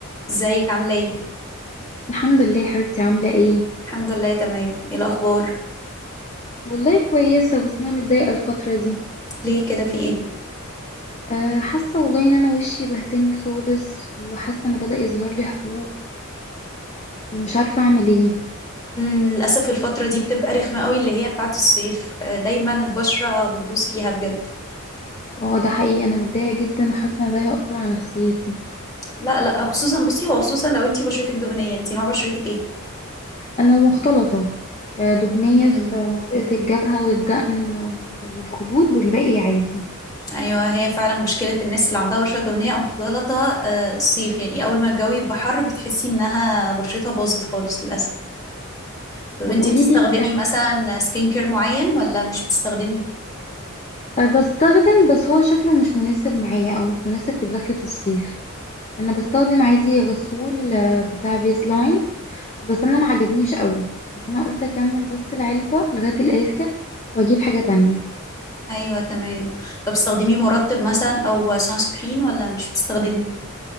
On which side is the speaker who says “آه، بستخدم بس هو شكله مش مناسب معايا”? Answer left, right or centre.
Left